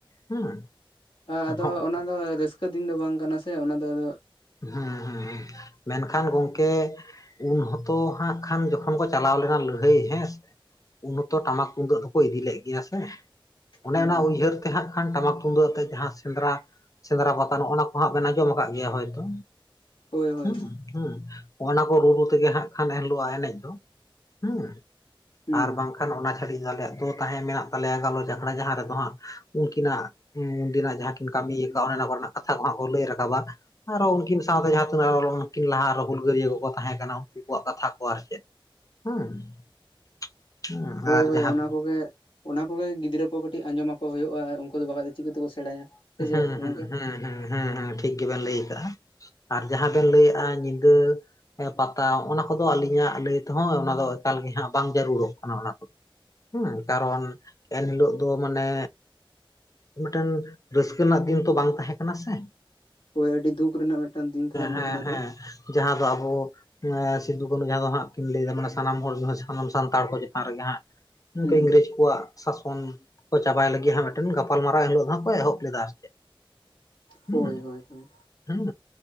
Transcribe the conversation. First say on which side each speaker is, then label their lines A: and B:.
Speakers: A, on the left (about 40°); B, on the left (about 70°).
A: ᱦᱮᱸ ᱦᱮᱸ
B: ᱟᱫᱚ ᱚᱱᱟ ᱫᱚ ᱨᱟᱹᱥᱠᱟᱹ ᱫᱤᱱ ᱫᱚ ᱵᱟᱝ ᱠᱟᱱᱟ ᱥᱮ ᱚᱱᱟ ᱫᱚ ᱟᱫᱚ
A: ᱦᱩᱸ ᱦᱩᱸ ᱢᱮᱱᱠᱷᱟᱱ ᱜᱚᱝᱠᱮ ᱩᱱ ᱦᱚᱸᱛᱚ ᱦᱟᱸᱜ ᱠᱷᱟᱱ ᱡᱚᱠᱷᱚᱱ ᱠᱚ ᱪᱟᱞᱟᱣ ᱞᱮᱱᱟ ᱞᱟᱹᱲᱦᱟᱹᱭ ᱦᱮᱸ ᱥᱮ ᱩᱱ ᱦᱚᱛᱚ ᱴᱟᱢᱟᱠ ᱛᱩᱢᱫᱟᱹᱜ ᱫᱚᱠᱚ ᱤᱫᱤ ᱞᱮᱫ ᱜᱮᱭᱟ ᱥᱮ ᱚᱱᱮ
B: ᱦᱩᱸ
A: ᱚᱱᱟ ᱩᱭᱦᱟᱹᱨ ᱛᱮ ᱦᱟᱸᱜ ᱠᱷᱟᱱ ᱴᱟᱢᱟᱠ ᱛᱩᱢᱫᱟᱹᱜ ᱟᱛᱮᱜ ᱡᱟᱦᱟᱸ ᱥᱮᱸᱫᱽᱨᱟ ᱥᱮᱸᱫᱽᱨᱟ ᱯᱟᱛᱟ ᱱᱚᱜᱼᱚᱱᱟ ᱠᱚᱦᱟᱸᱜ ᱵᱮᱱ ᱟᱸᱡᱚᱢ ᱠᱟᱫ ᱜᱮᱭᱟ ᱦᱳᱭᱛᱳ
B: ᱦᱳᱭ ᱦᱳᱭ
A: ᱦᱩᱸ ᱦᱩᱸ ᱚᱱᱟ ᱠᱚ ᱨᱩ ᱨᱩ ᱛᱮᱜᱮ ᱦᱟᱸᱜ ᱠᱷᱟᱱ ᱮᱱ ᱦᱤᱞᱳᱜ ᱟᱜ ᱮᱱᱮᱡ ᱫᱚ ᱦᱩᱸ
B: ᱦᱩᱸ
A: ᱟᱨ ᱵᱟᱝ ᱠᱷᱟᱱ ᱚᱱᱟ ᱪᱷᱟᱲᱤᱡ ᱫᱚ ᱟᱞᱮᱭᱟᱜ ᱫᱚ ᱛᱟᱦᱮᱸ ᱢᱮᱱᱟᱜ ᱛᱟᱞᱮᱭᱟ ᱜᱟᱞᱚᱪ ᱟᱠᱷᱲᱟ ᱡᱟᱦᱟᱸ ᱨᱮᱫᱚ ᱦᱟᱸᱜ ᱩᱱᱠᱤᱱᱟᱜ ᱩᱱᱫᱤᱱᱟᱜ ᱡᱟᱦᱟᱸ ᱠᱤᱱ ᱠᱟᱹᱢᱤᱭᱟᱠᱟᱜ ᱚᱱᱮ ᱚᱱᱟ ᱠᱚᱨᱮᱱᱟᱜ ᱠᱟᱛᱷᱟ ᱠᱚ ᱦᱟᱜ ᱠᱚ ᱞᱟᱹᱭ ᱨᱟᱠᱟᱵᱟ ᱟᱨᱚ ᱩᱱᱠᱤᱱ ᱥᱟᱶᱛᱮ ᱡᱟᱦᱟᱸ <unintelligible> ᱩᱱᱠᱤᱱ ᱞᱟᱦᱟ ᱟᱨᱦᱚ ᱦᱩᱞ ᱜᱟᱹᱨᱭᱟᱹ ᱠᱚᱠᱚ ᱛᱟᱦᱮᱸ ᱠᱟᱱᱟ ᱩᱱᱠᱩ ᱠᱚᱣᱟᱜ ᱠᱟᱛᱷᱟ ᱠᱚ ᱟᱨ ᱪᱮᱫ ᱦᱩᱸ ᱦᱩᱸ
B: ᱦᱳᱭ
A: ᱟᱨ
B: ᱦᱳᱭ
A: ᱡᱟᱦᱟᱸ
B: ᱚᱱᱟ ᱠᱚᱜᱮ ᱚᱱᱟ ᱠᱚᱜᱮ ᱜᱤᱫᱽᱨᱟᱹ ᱠᱚ ᱠᱟᱹᱴᱤᱡ ᱟᱸᱡᱚᱢ ᱟᱠᱚ ᱦᱩᱭᱩᱜᱼᱟ ᱩᱱᱠᱩ ᱫᱚ ᱵᱟᱠᱷᱟᱡ ᱫᱚ ᱪᱤᱠᱟᱹᱛᱮᱠᱚ ᱥᱮᱬᱟᱭᱟ ᱥᱮ ᱪᱮᱫ
A: ᱦᱩᱸ ᱦᱩᱸ
B: ᱜᱚᱝᱠᱮ
A: ᱦᱩᱸ ᱦᱩᱸ ᱦᱩᱸ ᱦᱩᱸ ᱴᱷᱤᱠ ᱜᱮᱵᱮᱱ ᱞᱟᱹᱭ ᱠᱟᱜᱼᱟ ᱟᱨ ᱡᱟᱦᱟᱸ ᱵᱮᱱ ᱞᱟᱹᱭᱮᱜᱼᱟ ᱧᱤᱫᱟᱹ ᱯᱟᱛᱟ ᱚᱱᱟ ᱠᱚᱫᱚ ᱟᱹᱞᱤᱧᱟᱜ ᱞᱟᱹᱭ ᱛᱮᱦᱚᱸ ᱚᱱᱟ ᱫᱚ ᱮᱠᱟᱞ ᱜᱮ ᱦᱟᱸᱜ ᱵᱟᱝ ᱡᱟᱹᱨᱩᱲᱚᱜ ᱠᱟᱱᱟ ᱚᱱᱟ ᱠᱚᱫᱚ ᱦᱩᱸ ᱠᱟᱨᱚᱱ ᱮᱱ ᱦᱤᱞᱳᱜ ᱫᱚ ᱢᱟᱱᱮ ᱢᱤᱫᱴᱮᱱ ᱨᱟᱹᱥᱠᱟᱹ ᱨᱮᱱᱟᱜ ᱫᱤᱱ ᱛᱚ ᱵᱟᱝ ᱛᱟᱦᱮᱸ ᱠᱟᱱᱟ ᱥᱮ
B: ᱦᱳᱭ ᱟᱹᱰᱤ ᱫᱩᱠ ᱨᱮᱱᱟᱜ ᱢᱤᱫᱴᱟᱝ ᱫᱤᱱ ᱛᱟᱦᱮᱸᱜ ᱞᱮᱱᱟ
A: ᱦᱮᱸ
B: ᱚᱱᱟ
A: ᱦᱮᱸ
B: ᱫᱚ
A: ᱡᱟᱦᱟᱸ ᱫᱚ ᱟᱵᱚ ᱮᱸ ᱥᱤᱫᱩ ᱠᱟᱹᱱᱦᱩ ᱡᱟᱦᱟᱸ ᱫᱚ ᱦᱟᱸᱜ ᱠᱤᱱ ᱞᱟᱹᱭᱫᱟ ᱢᱟᱱᱮ ᱥᱟᱱᱟᱢ ᱦᱚᱲ ᱥᱟᱱᱟᱢ ᱥᱟᱱᱛᱟᱲ ᱠᱚ ᱪᱮᱛᱟᱱ ᱨᱮᱜᱮ ᱦᱟᱸᱜ ᱩᱱᱠᱩ
B: ᱦᱩᱸ
A: ᱤᱝᱨᱮᱡᱽ ᱠᱚᱣᱟᱜ ᱥᱟᱥᱚᱱ ᱠᱚ ᱪᱟᱵᱟᱭ ᱞᱟᱹᱜᱤᱫ ᱦᱟᱸᱜ ᱢᱤᱫᱴᱮᱱ ᱜᱟᱯᱟᱞ ᱢᱟᱨᱟᱣ ᱮᱱᱤᱞᱳᱜ ᱫᱚ ᱦᱟᱸᱜ ᱠᱚ ᱮᱦᱚᱵ ᱞᱮᱫᱟ ᱟᱨ ᱪᱮᱫ ᱦᱩᱸ
B: ᱦᱳᱭ ᱦᱳᱭ ᱦᱳᱭ
A: ᱦᱩᱸ